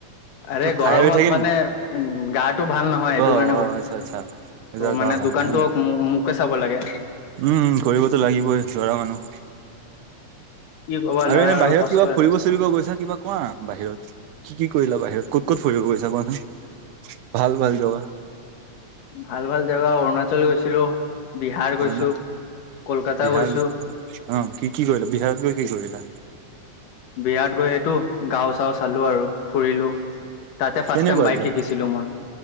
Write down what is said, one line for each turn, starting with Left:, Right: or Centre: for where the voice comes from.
Left: আৰে
Right: কিয়
Left: গৰমত
Right: ফায়াৰ হৈ থাকে
Left: মানে
Right: নেকি
Left: উম গাটো ভাল নহয়, সেইটো
Right: অ
Left: কাৰণে
Right: অ
Left: কলো। ত'
Right: আচ্ছা আচ্ছা দেউতাৰ
Left: মানে
Right: গা ভাল
Left: দোকানটো
Right: নহয়
Left: মোকে চাব লাগে।
Right: উম কৰিবতো লাগিবই ল'ৰা মানু্হ।
Left: কি কবা
Right: আৰু
Left: ল'ৰা
Right: এনে বাহিৰত
Left: কষ্টই
Right: কিবা ফুৰিব
Left: কষ্ট
Right: চুৰিব গৈছা কিবা কোৱা বাহিৰত কি কি কৰিলা বাহিৰত ক'ত ক'ত ফুৰিব গৈছা কোৱাচোন ভাল ভাল জাগা?
Left: ভাল ভাল জাগা অৰুণাচল গৈছিলো, বিহাৰ
Right: অৰুণা
Left: গৈছো। কলকাতা
Right: বিহাৰ
Left: গৈছো
Right: অ', কি কি কৰিলা বিহাৰত গৈ কি কৰিলা?
Left: বিহাৰত গৈ এইটো গাঁও চাও চালো আৰু। ফুৰিলো তাতে ফাৰ্ষ্ট
Right: কেনেকুৱা
Left: টাইম বাইক
Right: জেগা
Left: শিকিছিলো মই,